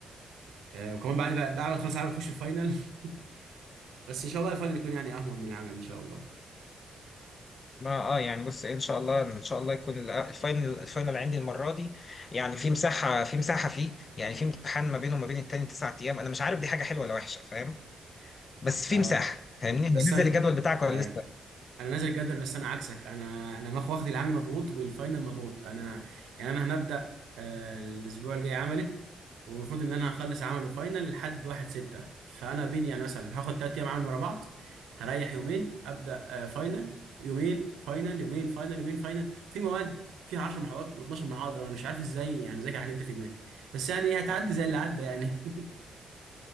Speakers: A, on the right; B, on the left.
A: آه، آه، وكمان بعد بعد بعد ما تخلص العمل تخش الفاينل <laughs> بس ان شاء الله الفاينل يكون يعني اهون من العمل ان شاء الله
B: ما اه يعني بص ان شاء الله ان شاء الله يكون ال- الفاينل الفاينل عندي المره دي يعني في مساحه في مساحه فيه يعني في امتحان ما بينه وما بين التاني تسع ايام انا مش عارف دي حاجه حلوه ولا وحشه فاهم بس في
A: اه
B: مساحه فاهمني هو
A: بس
B: نزل الجدول بتاعك ولا
A: ايوه
B: لسه
A: انا نازل الجدول بس انا عكسك انا انا ماخ واخد العملي مضغوط والفاينل مضغوط انا يعني انا هنبدا آه، الاسبوع الجاي عملي والمفروض ان انا هخلص عمل وفاينل لحد 1 6 فانا بين يعني مثلا هاخد 3 ايام عمل ورا بعض هريح يومين ابدا آه، فاينل يومين فاينل يومين فاينل يومين فاينل في مواد فيها 10 محاضرات و12 محاضره انا مش عارف ازاي يعني ذاكر الحاجات دي في يومين بس يعني إيه، هتعدي زي اللي عدى يعني <laughs>